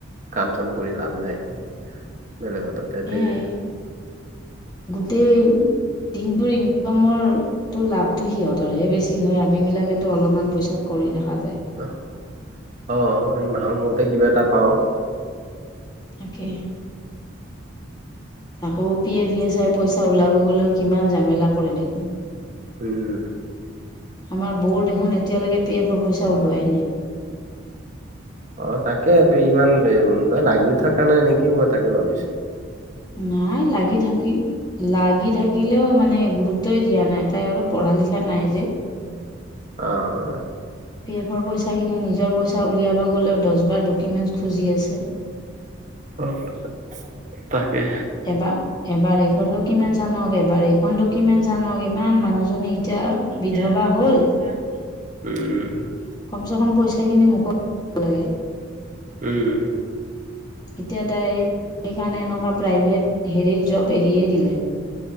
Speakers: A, on the right; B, on the left.
A: কাম চাম কৰি লাভ নাই, বেলেগত তাতে
B: সেয়াই
A: তেই
B: গোটেই দিনটোৰ ইনকামৰ তোৰ লাভতো সিহঁতৰহে বেছি হয়। আমি বিলাকেতো অলপমান পইচাত কৰি থকা যায়
A: আহ অ' আমি মাহৰ মুৰতহে কিবা এটা পাওঁ।
B: তাকে। আকৌ পি এফ ই এছ আইৰ পইচা ওলাব গ'লেও কিমান জামেলা কৰে দেখোন।
A: উম।
B: আমাৰ বৌৰ দেখোন এতিয়ালৈকে পি এফৰ পইচা ওলোৱাই নাই।
A: অ' তাকে তোৰ ইমান এ উম লাগি থকা নাই নেকি মই তাকে ভাবিছোঁ?
B: নাই লাগি থাকি। লাগি থাকিলেও মানে গুৰুত্বই দিয়া নাই। তাইৰ অলপ পঢ়া লিখা নাই যে।
A: আহ।
B: পি এফৰ পইচা খিনি নিজৰ পইচা উলিয়াব গ'লেও দহবাৰ ডকুমেণ্টছ খুজি আছে।
A: অ' তাকে।
B: এবাৰ, এবাৰ এইখননো কিমান চনৰ পেপাৰ, এইখননো কিমান চনৰ ইমান মানুহজনী এতিয়া
A: এতিয়া
B: বিধৱা হ'ল
A: বিধৱা হ'ল। উম,
B: কমচে কম পইচাখিনি মোকত লাগে
A: উম।
B: এতিয়া তাইৰ সেইকাৰণে এনেকুৱা প্ৰাইভেট হেৰি জব্দ এৰিয়েই দিলে।